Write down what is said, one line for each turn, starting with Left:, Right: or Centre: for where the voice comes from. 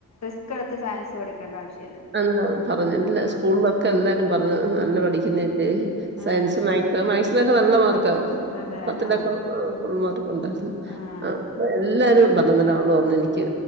Left: ക്കെടുത്ത് സയ സ്സ് പഠിക്കണ്ട ആവശ്യം
Right: അന്നേരം പറഞ്ഞ് സ്കൂളിലൊക്കെ എല്ലാരും പറഞ്ഞു നല്ല
Left: ആഹ്
Right: പഠിക്കുന്ന അല്ലെ സയൻസ്
Left: ആഹ്
Right: മാക്സ് മാക്സിനൊക്കെ നല്ല മാർക്ക
Left: അതെ
Right: പത്തിലൊക്കെ
Left: ആഹ്
Right: ഫുൾ മാർക്കുണ്ടായിരുന്നു
Left: ആഹ്
Right: അപ്പൊ എല്ലാരും പറഞ്ഞതാ അന്നേരം അവള് പറഞ്ഞു എനി ക്ക്